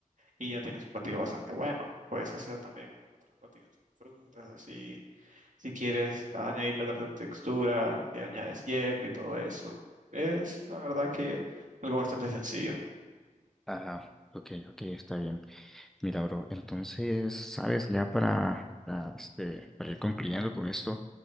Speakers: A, on the right; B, in the centre.
A: y ya tienes un batido bastante bueno. Puedes hacer también otros batidos con frutas, así si quieres añadirle otra textura, le añades hierba y todo eso. Es la verdad que algo bastante sencillo.
B: Ajá, ok, ok, está bien. Mira, bro, entonces, ¿sabes? Ya para, para, este, para ir concluyendo con esto,